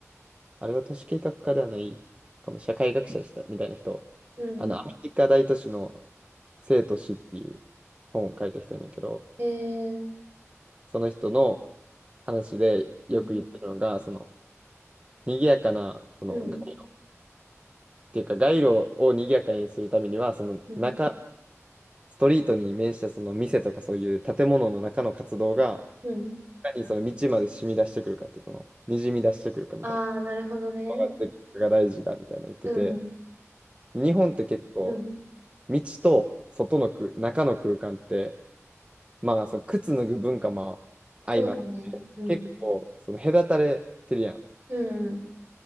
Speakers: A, on the right (about 25°); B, on the right (about 50°).
A: あれは都市計画家ではないかも、社会学者でしたみたいな人、
B: うん。
A: あの、アメリカ大都市の生と死っていう本を書いた人やねんけど、
B: えー、
A: その人の話でよく言ってるのが、
B: うん。
A: その、賑やかな、その、
B: うん。
A: 街路っていうか、街路を賑やかにするためには、その、
B: うん。
A: 中、ストリートに面したその店とかそういう建物の中の活動が、
B: うん。
A: いかにその道まで染み出してくるかっていう、この、にじみ出してくるかみたい
B: あー、なるほどね。
A: な、それが大事だみたいなの言ってて、
B: うんうん。
A: 日本って結構、
B: うん。
A: 道と外のく、中の空間って、まあ、その靴脱ぐ文化も相まって、
B: そうだね。うん。
A: 結構、その隔たれてるやん。
B: うんうん。